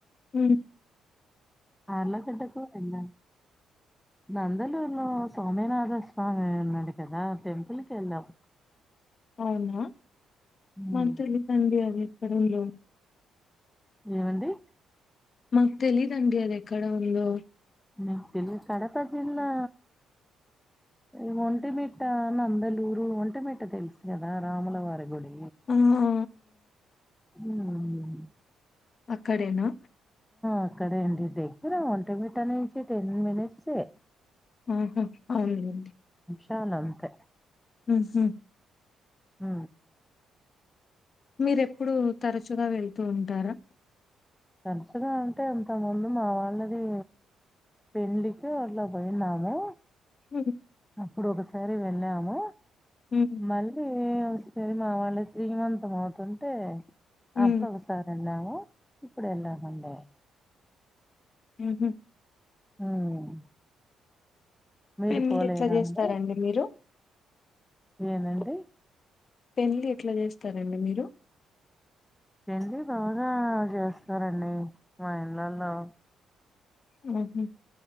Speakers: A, on the left; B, in the centre.
A: అ
B: ఆరళకట్టకు అంద నందలూరులో సోమనాథ స్వామి ఉన్నాడు కదా టెంపుల్కి వెళ్ళాం
A: అవునా
B: ఉమ్.
A: మత్త ఇది సండీ అ కడంలొ
B: ఏమండి
A: మాకు తెలీదండి అది ఎక్కడ ఉందో
B: న తెల్గు కడప జిల్లా ఈ ఒంటి మి ట్ట నందలూరు ఒంటమిట తెలుసు కదా రాములవారి గుడి
A: ఆ ఆ
B: హ
A: అక్కడేనా
B: అక్కడే అండి దగ్గర ఒంటమిట్నేంచి టెన్ మినిట్సే
A: ఆహా అవునండి
B: చాన అంతే
A: హ హ
B: ఆ
A: మీర ఎప్పుడు తరచుగా వెళ్త తంటారా
B: తరచుగా అంటే ఇంత ముందు మా వాళ్ళది పెళ్లికి అట్లా పోయినాము
A: హ
B: ఇప్పుడు ఒకసారి వెళ్ళాము
A: హ్మ్.
B: మళ్ళీ ఏ వస్తే మా వాళ్ళ శ్రీమంతం అవుతుంటే
A: హ్మ్.
B: అప్పుడు ఒక్కసారి అండి నావు ఇప్పుడే అలా పండే
A: హ్మ్ హు
B: హ్మ్ మీరు
A: పెళ్లి
B: పోలేదా
A: ఎట్లా జేస్తారండి
B: అండి
A: మీరు?
B: ఏనండి
A: పెండిలి ఎట్లా చేస్తారండి మీరు
B: రంది బా ఆ చేస్తారండి మా ఇండ్లల్లో
A: హ్మ్ హు